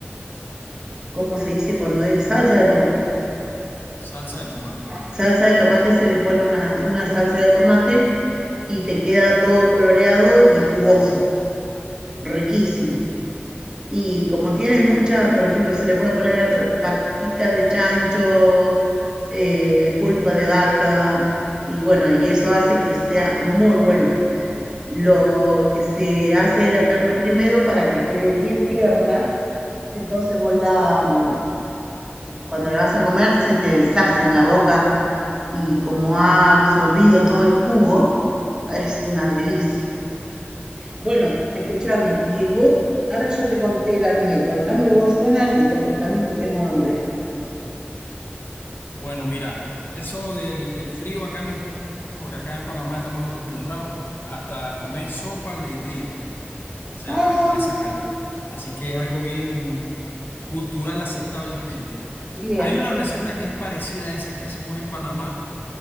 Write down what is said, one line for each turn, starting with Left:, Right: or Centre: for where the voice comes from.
Right: ¿cómo se dice cuando es? Salsa de tomate.
Left: Salsa de tomate.
Right: Salsa de tomate se le pone una, una salsa de tomate y te queda todo coloreado y jugoso, riquísimo. Y como tiene muchas, por ejemplo, se le puede poner patita de chancho, eh, pulpa de vaca, y bueno, y eso hace que sea muy bueno. Lo que se hace de la carne primero para que quede bien tierna, entonces vos la, mm, cuando la vas a comer se te deshace en la boca y como ha absorbido todo el jugo, es una delicia. Bueno, escúchame, y vos, ahora yo te conté la mía, contame vos una que to- también tengo hambre.
Left: Bueno, mira, eso del, del frío acá no importa, porque acá en Panamá estamos acostumbrados hasta comer sopa al mediodía, o sea,
Right: Ah,
Left: con esa calor. Así que es algo bien cultural aceptablemente.
Right: bien,
Left: Hay una receta que es parecida a esa que hacemos en Panamá